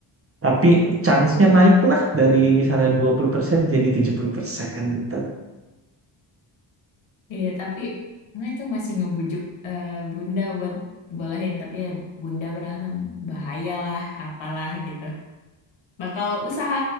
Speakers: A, on the right; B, on the left.
A: tapi chance-nya naik lah dari misalnya 20% jadi 70% gitu
B: Iya tapi nah itu masih ngebujuk eh, bunda buat bolehin tapi ya bunda beralasan bahaya lah apalah gitu bakal usaha